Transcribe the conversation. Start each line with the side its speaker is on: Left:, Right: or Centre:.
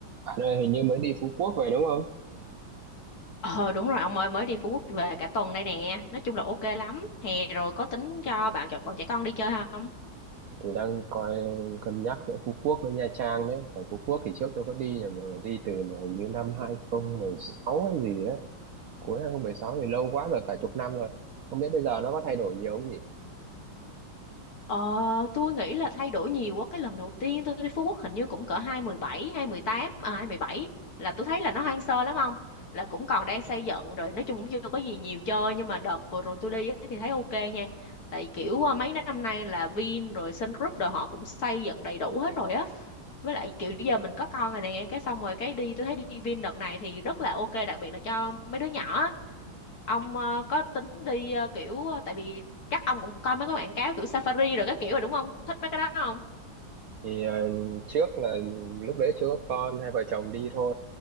Right: Bạn ơi, hình như mới đi Phú Quốc về đúng không?
Left: Ờ đúng rồi ông ơi mới đi Phú Quốc về cả tuần đây nè Nói chung là ok lắm Hè rồi có tính cho bạn chọc- bạn trẻ con đi chơi không
Right: Thì đang coi cân nhắc giữa Phú Quốc với Nha Trang đấy. Ở Phú Quốc thì trước tôi có đi rồi, mà đi từ hình như năm 2016 hay gì á. Cuối 2016 thì lâu quá rồi, cả chục năm rồi. Không biết bây giờ nó có thay đổi nhiều không nhỉ?
Left: Ờ tôi nghĩ là thay đổi nhiều quá Cái lần đầu tiên tôi đi Phú Quốc hình như cũng cỡ 2017, hai mười bảy là tôi thấy là nó hoang sơ lắm ông Là cũng còn đang xây dựng rồi Nói chung cũng chưa có gì nhiều chơi Nhưng mà đợt vừa rồi tôi đi á thì thấy ok nha Tại kiểu ờ, mấy năm nay là Vin rồi Sun Group rồi họ cũng xây dựng đầy đủ hết rồi á với lại kiểu giờ mình có con rồi nè cái xong rồi cái đi tôi thấy đi Vin đợt này thì rất là ok đặc biệt là cho mấy đứa nhỏ á. ông ờ, có tính đi ờ, kiểu tại vì chắc ông cũng coi mấy cái quảng cáo kiểu safari rồi các kiểu rồi đúng không thích mấy cái đó không
Right: Thì ờ, trước là lúc đấy chưa có con, hai vợ chồng đi thôi.